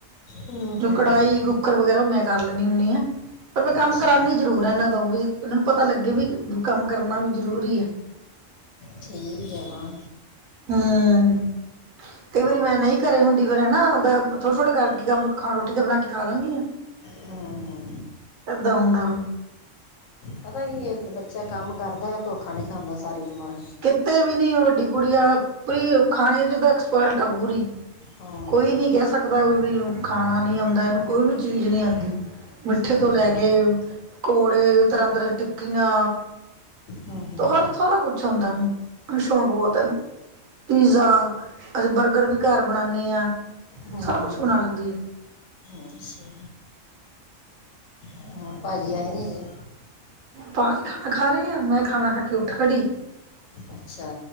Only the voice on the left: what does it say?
ਹਾਂ ਹਾਂ
ਅੱਛਾ
ਠੀਕ ਐ, ਹਾਂ।
ਹਾਂ ਹਾਂ
ਪਤਾ ਕੀ ਏ ਇੱਕ ਬੱਚਾ ਕੰਮ ਕਰਦਾ ਧੋਖਾ ਨਈ ਖਾਂਦਾ ਸਾਰੀ ਉਮਰ।
ਹਾਂ
ਹਾਂ
ਹਾਂ
ਹਾਂ
ਹੂੰ
ਹੂੰ
ਅੱਛਾ। ਹਾਂ ਭਾਜੀ ਆਏ ਨੀ ਹਜੇ।
ਅੱਛਾ